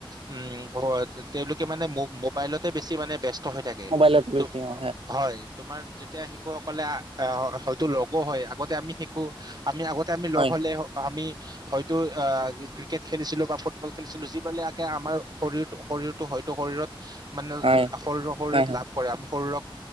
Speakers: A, on the right (about 45°); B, on the right (about 80°).
A: উম হয় তেওঁ কে মানে মোবাইলতে বেছি ব্যস ত হৈ থাকে
B: মোবাইলত বেছি
A: ত
B: অ
A: হয় তোমাৰ যেতিয়া শিশুসকলে, আহ হয়তো লগো হয় আগতে আমি শিকো। আমি আগতে আমি লগ
B: হয়
A: হলে আমি, হয়তো আহ ক্ৰিকেট খেলিছিলো বা ফুটবল খেলিছিলো যিবিলাক আকে আমাৰ শৰীৰ শৰীৰটো হয়তো শৰীৰত। মানে
B: হয়
A: শৰীৰৰ শৰীৰত
B: হয় হয়
A: লাভ কৰে আমি শৰীৰক,